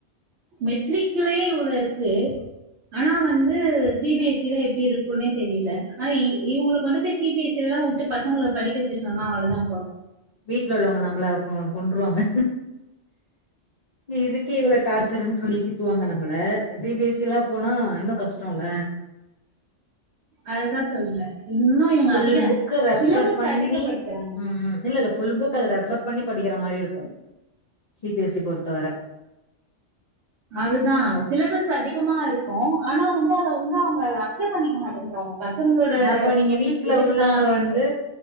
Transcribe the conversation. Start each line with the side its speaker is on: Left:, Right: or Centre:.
Right: மெட்ரிக்லே இவ்ளோ இருக்கு ஆனா வந்து சி பி எஸ் சிலா எப்டி இருக்குனே தெரில ஆனா இவுங்கல கொண்டு போய் சி பி எஸ் சிலா விட்டு பசங்கள படிக்க வக்க சொன்னா அவ்ளோதா போல
Left: வீட்ல உள்ளவங்க நம்மள கொ கொண்ருவாங்க இதுக்கே இவ்ளோ டார்ச்சர்னு சொல்லி திட்டுவாங்க நம்மள சி பி எஸ் சி லா போனா இன்னு கஷ்டோல
Right: அதுதா சொல்ற இன்னு இவுங்க
Left: ஃபுல்
Right: அதிக
Left: புக்கு ரெஃபர்
Right: சிலபஸ்
Left: பண்ணி
Right: அதிகப்படுத்றாங்க
Left: ம் ம் இல்ல இல்ல ஃபுல் புக் அத ரெஃபர் பண்ணி படிக்கற மாரி இருக்கும சி பி எஸ் சி பொறுத்தவர
Right: அதுதா சிலபஸ் அதிகமா இருக்கு ஆனா வந்து அத வந்து அவுங்க அக்செப்ட் பண்ணிக்க மாட்டேன்றாங்க பசங்களோட
Left: அப்போ நீங்க வீட்ல
Right: இதுக்குதான்
Left: உள்ளவுங்கள
Right: அப்படின்ட்டு
Left: வந்து